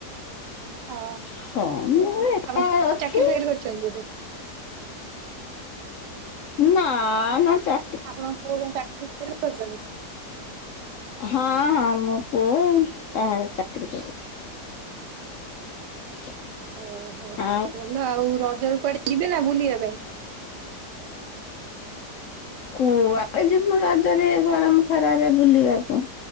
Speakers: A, on the right; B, on the left.
A: ହଁ
B: ହଁ, ମୁଁ ଏକା
A: ଆପଣ
B: ଅଛି।
A: ଚାକିରି ଫାକିରି କରିଛନ୍ତି ବୋଧେ?
B: ନା, ମ ଚା
A: ଆପଣଙ୍କ ପୁଅ କଣ ଚା <unintelligible> କରିଛନ୍ତି।
B: ହଁ ହଁ ମୋ ପୁଅ ବାହାରେ ଚାକିରୀ କରୁଛି। <inaudible>
A: ଓହୋ
B: ଆଉ
A: ଭଲ ଆଉ ରଜରେ କୁଆଡେ ଯିବେ ନା ବୁଲିଆ ପାଇଁ?
B: କୁଆଡେ ଯିମୁଁ ରଜରେ ଗରମ ଖରାରେ ବୁଲିବାକୁ।